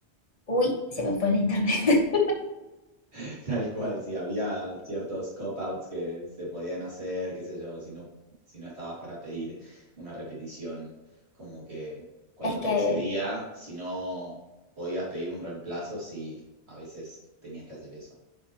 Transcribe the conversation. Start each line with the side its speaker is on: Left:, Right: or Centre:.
Left: uy, se me fue el internet. <laughs>
Right: <laughs> Tal cual, sí, había ciertos cop-outs que se podían hacer, qué sé yo, si no, si no estabas para pedir una repetición, como que cuando
Left: Es que,
Right: te excedía, si no podías pedir un reemplazo, sí, a veces tenías que hacer eso.